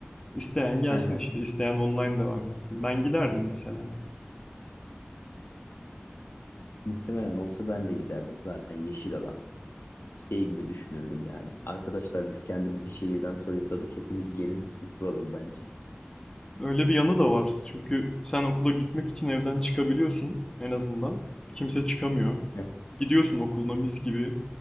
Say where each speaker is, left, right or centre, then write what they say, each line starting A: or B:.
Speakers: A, on the left; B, on the left.
A: İsteyen gelsin
B: Hı hı.
A: işte, isteyen online devam etsin. Ben giderdim mesela.
B: Muhtemelen olsa ben de giderdim zaten yeşil alan. Şey gibi düşünürdüm yani. Arkadaşlar biz kendimizi şehirden soyutladık. Hepiniz gelin kurtulalım bence.
A: Öyle bir yanı da var. Çünkü sen okula gitmek için evden çıkabiliyorsun en azından. Kimse çıkamıyor.
B: Hı hı.
A: Gidiyorsun okuluna mis gibi.